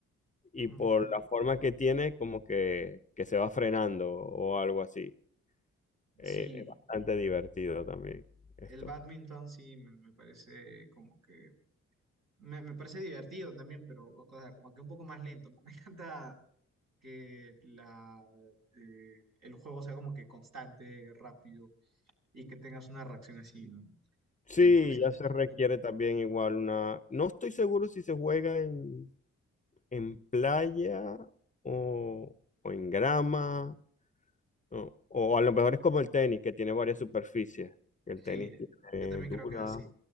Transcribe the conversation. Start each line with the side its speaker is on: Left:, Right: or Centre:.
Left: y
Right: Ujú.
Left: por la forma que tiene, como que, que se va frenando o algo así. Eh,
Right: Sí.
Left: es bastante divertido también
Right: El
Left: esto.
Right: badminton sí me me parece como que Me, me parece divertido también, pero o sea, como que un poco más lento. <laughs> Me encanta que la, eh, el juego sea como que constante, rápido y que tengas una reacción así, ¿no?
Left: Sí,
Right: Entonces,
Left: ya se requiere
Right: súper.
Left: también igual una... No estoy seguro si se juega en, en playa o, o en grama, o, o a lo mejor es como el tenis, que tiene varias superficies. El
Right: Sí,
Left: tenis tiene
Right: yo también
Left: dura,
Right: creo que es así.